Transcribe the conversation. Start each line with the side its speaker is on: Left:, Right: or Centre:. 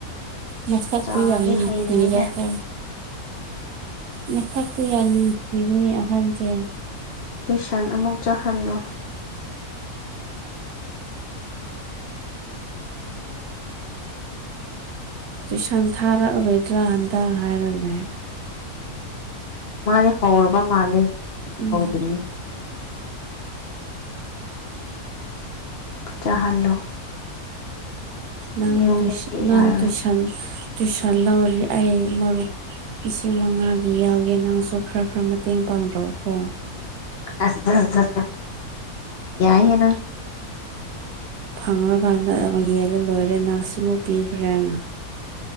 Right: ꯃꯁꯛꯇꯤ
Left: ꯆꯥꯎꯔꯗꯤ
Right: ꯌꯥꯝ ꯅꯨꯡꯁꯤꯕ
Left: ꯍꯩꯔꯅꯤꯗ
Right: ꯀꯣ ꯃꯁꯛꯇꯤ ꯌꯥꯝ ꯅꯨꯡꯁꯤꯕꯅꯤ ꯑꯍꯟꯁꯦ
Left: ꯇꯨꯏꯁꯟ ꯑꯃꯨꯛ ꯆꯥꯍꯜꯂꯣ
Right: ꯇꯨꯏꯁꯟ ꯊꯥꯔꯛꯑꯔꯣꯏꯗ꯭ꯔꯥ ꯍꯟꯗꯛ ꯍꯥꯏꯔ ꯂꯩ
Left: ꯃꯥꯗꯤ ꯍꯧꯔꯕ ꯃꯥꯜꯂꯦ ꯑꯩꯗꯤ
Right: ꯎꯝ
Left: ꯍꯧꯗ꯭ꯔꯤꯌꯦ ꯆꯥꯍꯜꯂꯣ
Right: ꯅꯪ
Left: ꯌꯨꯝꯗꯗꯤ
Right: ꯇꯨꯏꯁꯟ ꯅꯪ
Left: ꯌꯥꯔꯣꯏ
Right: ꯇꯨꯏꯁꯟ ꯇꯨꯢꯁꯟ ꯂꯧꯔꯤ ꯑꯩ ꯃꯔꯨꯞ ꯂꯤꯁꯤꯡ ꯃꯉꯥꯒꯤ ꯌꯥꯎꯒꯦ ꯅꯪꯁꯨ ꯈꯔ ꯈꯔ ꯃꯇꯦꯡ ꯄꯥꯡꯔꯛꯎꯀꯣ
Left: <unintelligible> ꫰ꯌꯥꯏꯍꯦ ꯅꯪꯁꯨ
Right: ꯐꯪꯉꯔꯀꯥꯟꯗ ꯑꯃꯨꯛ ꯌꯦꯜꯂꯥ ꯂꯣꯏꯔꯦ ꯅꯪ ꯁꯤꯃꯨꯛ ꯄꯤꯈ꯭ꯔꯦꯅ